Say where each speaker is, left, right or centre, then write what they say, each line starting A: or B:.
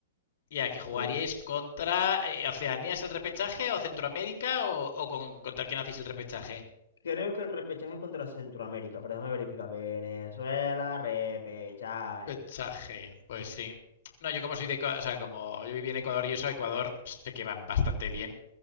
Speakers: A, on the left; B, on the left.
A: Ya, que
B: Sí.
A: jugaríais contra eh, Oceanía es el repechaje o Centroamérica o, o con, contra quién hacéis el repechaje.
B: Creo que el repechaje es contra Centroamérica, pero déjame verificar. Venezuela, repechaje.
A: Repechaje, pues sí. No, yo como soy de Ecuador, o sea, como yo viví en Ecuador y eso, Ecuador sé que van bastante bien